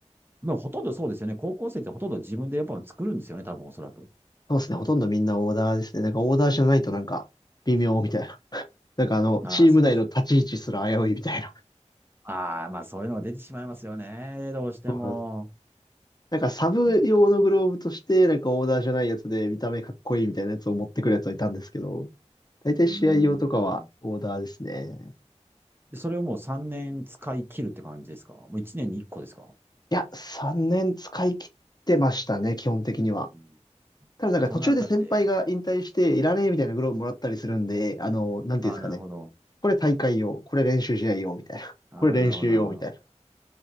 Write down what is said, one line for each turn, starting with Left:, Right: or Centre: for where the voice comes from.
Right: まあほとんどそうですよね。高校生ってほとんど自分でやっぱ作るんですよね、多分おそらく。
Left: そうですね。ほとんどみんなオーダーですね。なんかオーダーじゃないとなんか微妙みたいな。<laughs> なんかあの、
Right: ああ、
Left: チーム内の立ち位置すら危ういみたいな。
Right: そうですよ。ああ、まあそういうのが出てしまいますよね。どうしても。
Left: そうなんです。なんかサブ用のグローブとして、
Right: うん。
Left: なんかオーダーじゃないやつで見た目かっこいいみたいなやつを持ってくるやつはいたんですけど、大体試合用とかはオーダーですね。
Right: うんでそれをもう3年使い切るって感じですかもう1年に1個ですか
Left: いや、3年使い切ってましたね、基本的には。
Right: うん
Left: ただなんか途中で先輩が引退していらねえみたいなグローブもらったりするんで、
Right: そのあたって、
Left: あの、なんていうんですかね。
Right: ああ、なるほど。
Left: これ大会用、これ練習試合用みたいな、
Right: ああ、
Left: これ練習用みたいな
Right: なるほど、なるほど。